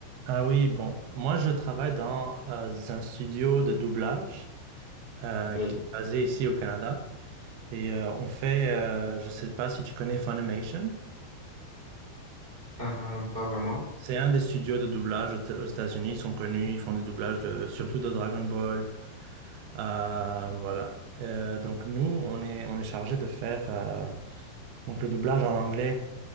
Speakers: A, on the right; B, on the right.
A: Ah oui, bon, moi je travaille dans euh, un studio de doublage euh,
B: Oui.
A: qui est basé ici au Canada et euh, on fait, euh, je sais pas si tu connais Funimation,
B: Euh, pas vraiment.
A: c'est un des studios de doublage aux aux États-Unis, ils sont connus, ils font des doublages de, surtout de Dragon Ball, Euh, voilà. Euh, donc nous, on est, on est chargé de faire euh, donc le doublage en anglais